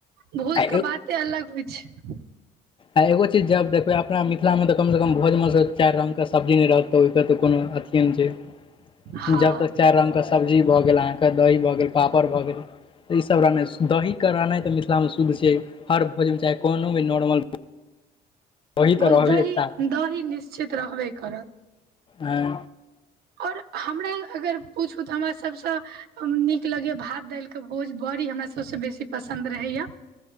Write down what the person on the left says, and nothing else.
आ
आइ एगो चीज जब देखबै अपना मिथिला मे तऽ कम से कम भोज मे चारि रंग के सब्जी नय रहत त ओहि के तऽ कोनो अथि ये न छै
जब तक चारि रंग क सब्जी भऽ गेल अहाँके दही भऽ गेल पापड़ भऽ गेल तऽ ई सब रहनाइ दही के रहनाइ तऽ मिथिला मे शुद्ध छै हर भोजन मे चाहे कोनो भी नॉर्मल दही
तऽ रहबे
एकटाके
आई